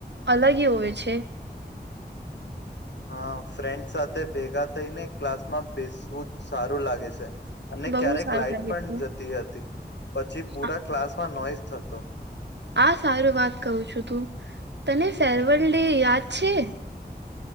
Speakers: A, on the right; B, on the left.
A: અલગ હોય છે.
B: હા, ફ્રેન્ડ સાથે ભેગા થઈ ને ક્લાસમાં બેસવું સારું લાગે છે. અને
A: બહુ
B: ક્યારેક
A: સારું
B: લાઈટ
A: લાગે
B: પણ
A: છે
B: જતી હતી, પછી પુરા
A: આ
B: ક્લાસમાં નોઈસ થતો.
A: આ સારું વાત કહું છું તું તને ફેરવેલ ડે યાદ છે?